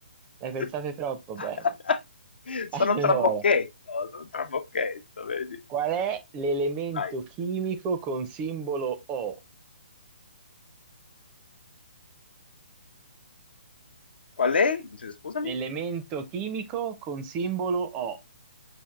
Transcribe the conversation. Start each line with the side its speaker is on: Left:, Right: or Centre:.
Right: Le hai pensate
Left: <laughs>
Right: troppo bene.
Left: Sono
Right: <laughs>
Left: un trabocchetto,
Right: Allora.
Left: sono un trabocchetto, vedi?
Right: Qual è l'elemento
Left: Vai.
Right: chimico con simbolo O?
Left: Qual è? Cioè, Scusami?
Right: L'elemento chimico con simbolo O,